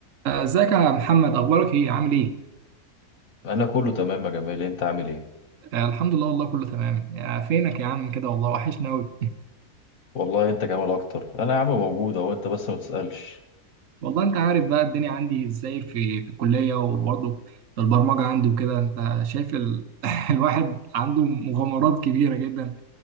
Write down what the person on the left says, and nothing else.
انا كله تمام يا جمال انت عامل ايه
والله انت جمال اكتر انا يا عم موجود اهو انت بس ما تسالش